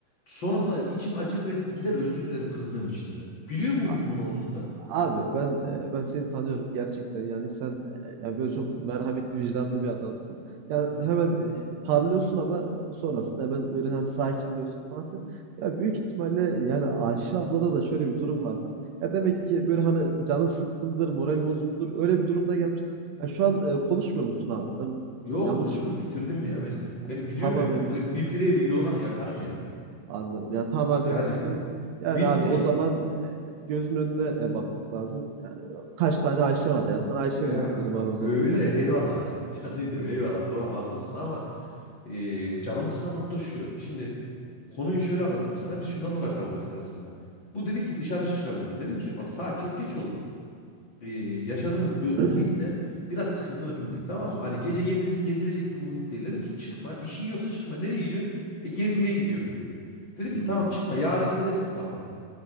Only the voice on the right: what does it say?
A-
Abi ben e, ben seni tanıyorum gerçekten yani sen e, ya böyle
çok
merhametli vicdanlı bir adamsın. Yani
hemen e, parlıyorsun ama sonrasında hemen böyle hani sakinliyorsun falan filan. Ya büyük ihtimalle yani Ayşe ablada da şöyle bir durum vardır. Ya demek ki böyle hani canın sıkkındır, moral bozuktur öyle bir durumda gelmiştir. Ya şu an e, konuşmuyor musun abi? Ben
yanlış
mı?
Yani
tamamen
bitti.
Anladım. Ya tamamen
bitti. Yani
abi o zaman e, gözün önüne e, bakmak lazım. Yani e, kaç tane Ayşe var ya? Sana Ayşe'm
yok diyelim abi o zaman
yani.
<clears throat>
Hmm,